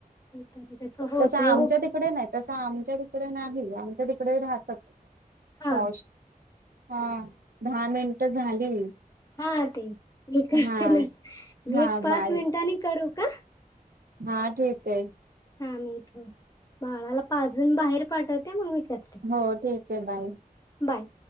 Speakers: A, on the left; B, on the right.
A: तरी तसं होतय
B: तस आमच्या
A: ओ
B: तिकडे नाही तसं आमच्या तिक इकडे नाही आमच्या तिकडे राहतात
A: हा
B: पौश हा.. दहा मिनट झाली
A: हा ते मी करते
B: हा
A: ना मी
B: हा
A: एक पाच
B: बाय
A: मिनिटांनी करू का
B: हा ठीक हाय
A: हा मी इथ बाळाला पाजून बाहेर पाठवते मग मी करते
B: हो ठीक आहे बाई
A: बाय.